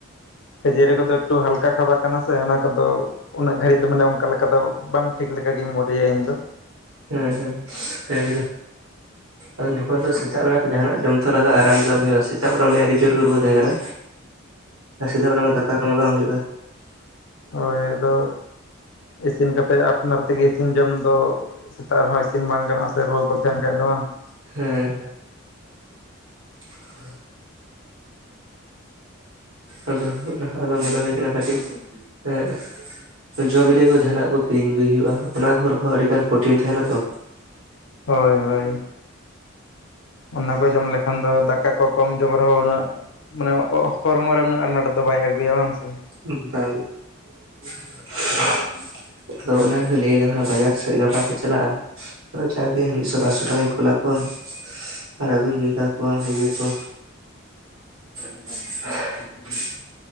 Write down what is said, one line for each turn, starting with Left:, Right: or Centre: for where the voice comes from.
Left: ᱠᱷᱟᱹᱡᱟᱹᱨᱤ ᱠᱚᱫᱚ ᱮᱠᱴᱩ ᱦᱟᱞᱠᱟ ᱠᱷᱟᱵᱟᱨ ᱠᱟᱱᱟ ᱥᱮ ᱚᱱᱟ ᱠᱚᱫᱚ ᱩᱱᱟᱹᱜ ᱜᱷᱟᱹᱲᱤᱡ ᱫᱚ ᱢᱟᱱᱮ ᱚᱱᱠᱟ ᱞᱮᱠᱟ ᱫᱚ ᱵᱟᱝ ᱴᱷᱤᱠ ᱞᱮᱠᱟ ᱜᱤᱧ ᱢᱚᱡᱮᱭᱟ ᱤᱧ ᱫᱚ᱾
Right: ᱦᱮᱸ ᱦᱮᱸ, ᱠᱷᱟᱹᱡᱟᱹᱲᱤ ᱫᱚ᱾ ᱟᱫᱚ ᱡᱚᱠᱷᱚᱱ ᱫᱚ ᱥᱮᱛᱟᱜ ᱵᱮᱲᱟ ᱛᱚ ᱡᱟᱦᱟᱱᱟᱜ ᱡᱚᱢ ᱛᱚ ᱞᱟᱜᱟᱜᱼᱟ ᱨᱟᱱ ᱡᱚᱢ ᱦᱩᱭᱩᱜᱼᱟ, ᱥᱮᱛᱟᱜ ᱵᱮᱲᱟ ᱢᱟᱱᱮ ᱟᱹᱰᱤ ᱡᱳᱨ ᱜᱮ ᱨᱩᱣᱟᱹ ᱛᱟᱦᱮᱸ ᱠᱟᱱᱟ ᱟᱨ ᱥᱮᱛᱟᱜ ᱵᱮᱲᱟ ᱢᱟ ᱫᱟᱠᱟ ᱠᱚᱢᱟ ᱵᱟᱝ ᱦᱩᱭᱩᱜᱼᱟ᱾
Left: ᱦᱳᱭ ᱟᱫᱚ ᱤᱥᱤᱱ ᱠᱟᱛᱮᱜ ᱟᱯᱱᱟᱨ ᱛᱮᱜᱮ ᱤᱥᱤᱱ ᱡᱚᱢ ᱫᱚ ᱥᱮᱛᱟᱜ ᱨᱮᱦᱚᱸ ᱤᱥᱤᱱ ᱵᱟᱝ ᱜᱟᱱᱚᱜᱼᱟ ᱥᱮ ᱨᱩᱣᱟᱹ ᱠᱚ ᱛᱟᱦᱮᱱ ᱠᱷᱟᱡ ᱫᱚ, ᱵᱟᱝ?
Right: ᱦᱮᱸ᱾ <inaudible> ᱟᱫᱚ ᱚᱱᱟ ᱟᱫᱚ ᱢᱚᱱᱮ ᱦᱩᱭ ᱠᱟᱱᱟ ᱠᱟᱹᱴᱤᱡ, ᱮᱫ ᱡᱚ ᱵᱤᱞᱤ ᱠᱚ ᱡᱟᱦᱱᱟᱜ ᱠᱚ ᱠᱤᱨᱤᱧ ᱟᱹᱜᱩᱭ ᱦᱩᱭᱩᱜᱼᱟ ᱚᱱᱟ ᱠᱚᱨᱮ ᱦᱚᱸ ᱟᱹᱰᱤ ᱜᱟᱱ ᱯᱨᱳᱚᱴᱤᱱ ᱛᱟᱦᱮᱱᱟ ᱛᱚ,
Left: ᱦᱳᱭ ᱦᱳᱭ᱾ ᱚᱱᱟ ᱠᱚ ᱡᱚᱢ ᱞᱮᱠᱷᱟᱱ ᱫᱚ ᱫᱟᱠᱟ ᱠᱚ ᱠᱚᱢ ᱡᱚᱢ ᱨᱮᱦᱚᱸ ᱩᱱᱟᱹᱜ ᱢᱟᱱᱮ ᱚ ᱦᱚᱨᱢᱚ ᱨᱮ ᱩᱱᱟᱹᱜ ᱟᱱᱟᱴ ᱫᱚ ᱵᱟᱭ ᱟᱹᱜᱩᱭᱟ, ᱵᱟᱝ ᱥᱮ?
Right: ᱩᱦ ᱵᱟᱝ <unintelligible> ᱟᱫᱚ ᱚᱱᱟ ᱜᱮᱠᱚ ᱞᱟᱹᱭᱫᱟ <unintelligible> ᱵᱟᱡᱟᱨ ᱥᱮᱫ ᱜᱟᱯᱟ ᱠᱚ ᱪᱟᱞᱟᱜᱼᱟ, ᱟᱫᱚ ᱡᱟᱜᱮ ᱢᱤᱫᱥᱚ ᱵᱟᱨᱥᱚ ᱴᱟᱠᱟᱧ ᱠᱩᱞ ᱟᱠᱚᱣᱟ ᱟᱨ ᱟᱹᱜᱩᱧ ᱵᱷᱮᱡᱟ ᱠᱚᱣᱟ ᱤᱭᱟᱹ ᱠᱚ, <inaudible>